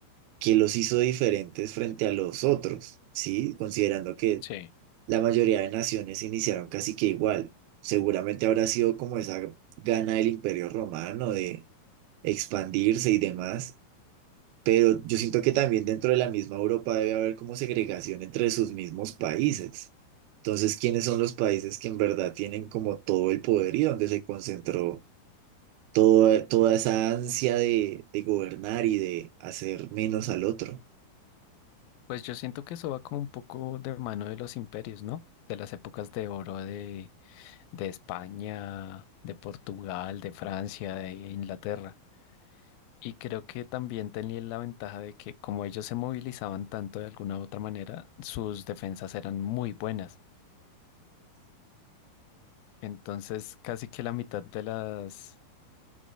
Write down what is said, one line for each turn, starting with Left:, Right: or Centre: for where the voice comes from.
Right: ¿qué los hizo diferentes frente a los otros? ¿Sí? Considerando que
Left: Sí.
Right: la mayoría de naciones iniciaron casi que igual. Seguramente habrá sido como esa gana del Imperio Romano de expandirse y demás pero yo siento que también dentro de la misma Europa debe haber como segregación entre sus mismos países. Entonces, ¿quiénes son los países que en verdad tienen como todo el poder y donde se concentró toda, toda esa ansia de, de gobernar y de hacer menos al otro?
Left: Pues yo siento que eso va como un poco de mano de los imperios, ¿no? De las épocas de oro de, de España, de Portugal, de Francia, de Inglaterra. Y creo que también tenían la ventaja de que como ellos se movilizaban tanto de alguna u otra manera, sus defensas eran muy buenas. Entonces, casi que la mitad de las